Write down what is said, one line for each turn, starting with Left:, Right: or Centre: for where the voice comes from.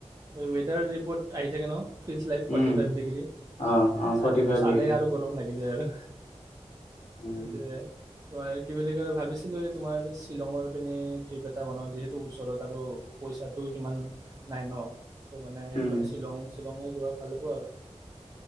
Right: এই ৱেডাৰ ৰিপৰ্ট আহি থাকে ন feels like
Left: um.
Right: forty Five degree.
Left: অ অ
Right: চাই
Left: ফৰ্টি
Right: থাকো
Left: ফাইভ
Right: চালে
Left: ডিগ্ৰী
Right: আৰু গৰম লাগি যায় আৰু
Left: উম।
Right: সেইটোয়ে। তোমাৰ কি বুলি কয় ভাবিছিলোঁ তোমাৰ শ্বিলঙৰ পিনে ট্ৰিপ এটা বনাও যিহেতু ওচৰত আৰু পইচাটো সিমান নাই ন' ত' মানে সেইটো
Left: উম।
Right: কাৰণে শ্বিলং শ্বিলঙে যোৱা ভাল হ'ব আৰু